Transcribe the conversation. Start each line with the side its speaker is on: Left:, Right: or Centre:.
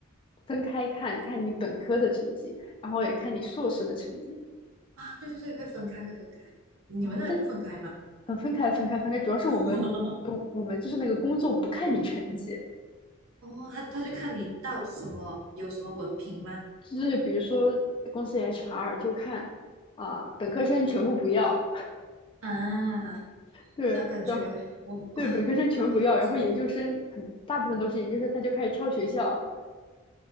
Left: 分开看看你本科的成绩，然后也看你硕士的成绩
Right: 啊，对对对，会分开会分开，你们那里不分开吗？
Left: 啊。但呃，分开分开分开，主要是我们我我们就是那个工作不看你成绩，
Right: <laughs> 哦，他他就看你到什么有什么文凭吗？
Left: 就是比如说公司 HR 就看啊，本科生全部不要
Right: 啊，
Left: 对，
Right: 那感觉我哇、
Left: 然后对本科生全不要，
Right: 好好什么
Left: 然后研究生很大部分都是研究生，他就开始挑学校。